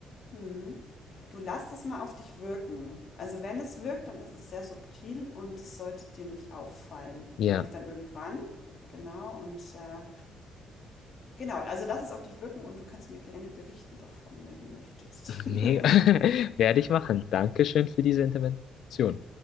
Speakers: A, on the left; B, on the left.
A: Hm. Du lass es mal auf dich wirken. Also wenn es wirkt, dann ist es sehr subtil und es sollte dir nicht auffallen.
B: ja.
A: Vielleicht dann irgendwann, genau, und äh, Genau, also lass es auf dich wirken und du kannst mir gerne berichten davon, wenn du möchtest.
B: Mega.
A: <laughs>
B: <laughs> Werde ich machen. Dankeschön für diese Intervention.